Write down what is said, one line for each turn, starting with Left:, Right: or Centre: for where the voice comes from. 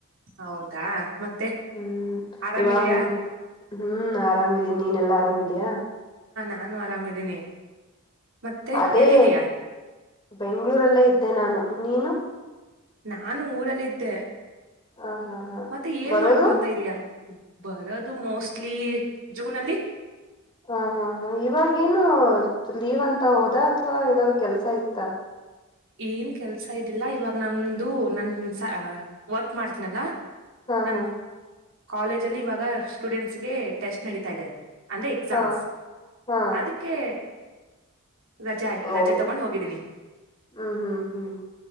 Right: ಹೌದಾ ಮತ್ತೆ
Left: ಹ್ಮ್
Right: ಆರಾಮಿದೀಯ
Left: ಇವಾಗ ಮುಂದ್ ಹ್ಮ್ ಆರಾಮಿದೀನಿ ನೀನ್ ಎಲ್ಲಾ ಆರಾಮಿದಯಾ
Right: ನಾನೂ ಆರಾಮದಿನಿ ಮತ್ತೆ
Left: ಅದೇ
Right: ಎಲ್ಲಿದಿಯಾ
Left: ಬೆಂಗ್ಳೂರಲ್ಲೇ ಇದ್ದೆ ನಾನು ನೀನು
Right: ನಾನು ಊರಲ್ಲಿದ್ದೆ
Left: ಹ ಹಾ ಹಾ
Right: ಮತ್ತೆ ಏನ್
Left: ಬರೋದು
Right: ಮಾಡ್ಕೊಂತ ಇದಿಯ ಬರೋದು ಮೋಸ್ಟ್ಲಿ ಜೂನಲ್ಲಿ
Left: ಹ ಹಾ ಹಾ ಇವಾಗ ಏನು ಲೀವ್ ಅಂತ ಹೋದ ಅಥವಾ ಏನಾದ್ರು ಕೆಲ್ಸ ಇತ್ತ
Right: ಏನ್ ಕೆಲ್ಸ ಇದಿಲ್ಲ ಇವಾಗ ನಮ್ದು ನನ್ ವರ್ಕ್ ಮಾಡ್ತೀನಲ್ಲ
Left: ಹಾ
Right: ನನ್
Left: ಹಾ
Right: ಕಾಲೇಜ ಅಲ್ಲಿ ಇವಾಗ ಸ್ಟೂಡೆಂಟ್ಸ್ಗೆ ಟೆಸ್ಟ್ ನಡೀತಾ ಇದೆ ಅಂದ್ರೆ ಎಕ್ಸಾಮ್ಸ್
Left: ಹಾ ಹಾ
Right: ಅದಕ್ಕೆ ರಜೆ ಆಗಿ ರಜೆ
Left: ಓ
Right: ತಕೊಂಡ್ ಹೋಗಿದ್ದೀನಿ
Left: ಹ್ಮ್ ಹ್ಮ್ ಹ್ಮ್